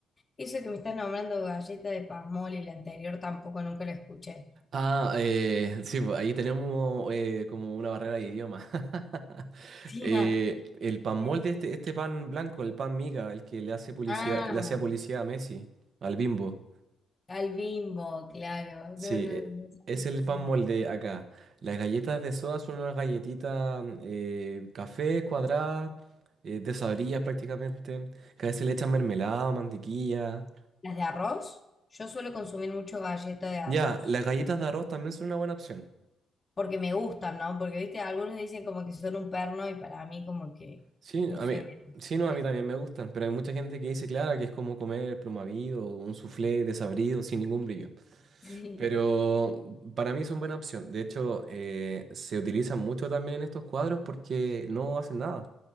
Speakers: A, on the left; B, on the right.
A: Eso que me estás nombrando galleta de pasmol y la anterior tampoco nunca la escuché. <laughs>
B: Ah, eh, sí, pues ahí tenemos eh, como una barrera de idioma. <laughs>
A: Sí,
B: Eh,
A: ah,
B: el pan molde,
A: eh,
B: este, este pan blanco, el pan miga, el que le hace publicidad,
A: ah,
B: le hacía publicidad a Messi, al Bimbo.
A: al Bimbo, claro.
B: Sí,
A: No, no,
B: e-
A: no sabía
B: es el
A: qué se-
B: pan molde acá. Las galletas de soda son unas galletitas mm, eh, café cuadradas, eh, desabridas prácticamente, que a veces le echan mermelada o mantequilla.
A: ¿Las de arroz? Yo suelo consumir mucho galleta de arroz.
B: Ya, las galletas de arroz también son una buena opción.
A: Porque me gustan, ¿no? Porque, viste, algunos dicen como que son un perno y para mí como que,
B: Sí,
A: no
B: a
A: sé,
B: mí,
A: me acostumbré.
B: sí, no, a mí también me gustan, pero hay mucha gente que dice, claro, que es como comer plumavido, un soufflé desabrido, sin ningún brillo.
A: <laughs>
B: Pero mm, para mí son buena opción. De hecho, eh, se utilizan mucho también en estos cuadros porque no hacen nada.